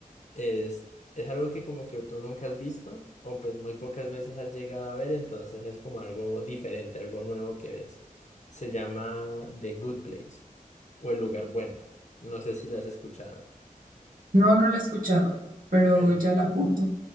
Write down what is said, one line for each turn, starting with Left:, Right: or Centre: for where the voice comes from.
Left: Es, es algo que como que tú nunca has visto o pues muy pocas veces has llegado a ver, entonces es como algo diferente, algo nuevo que ves. Se llama The Good Place o El Lugar Bueno. No sé si la has escuchado.
Right: No, no la he escuchado, pero
Left: Bueno,
Right: ya la apunto.